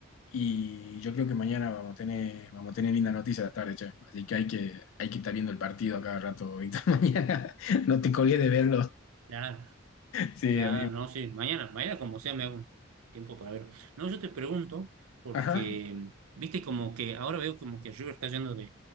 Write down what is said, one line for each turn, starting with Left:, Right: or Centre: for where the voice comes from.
Left: Y yo creo que mañana vamos a tener, vamos a tener linda noticia de la tarde, che. Así que hay que, hay que estar viendo el partido a cada rato, Víctor. <laughs> Mañana no te colgues de verlo.
Right: Claro.
Left: Sí,
Right: Claro,
Left: amigo.
Right: no, sí, mañana, mañana como sea me hago un tiempo para verlo. No, yo te pregunto, porque,
Left: Ajá.
Right: viste, como que ahora veo como que River está yendo de,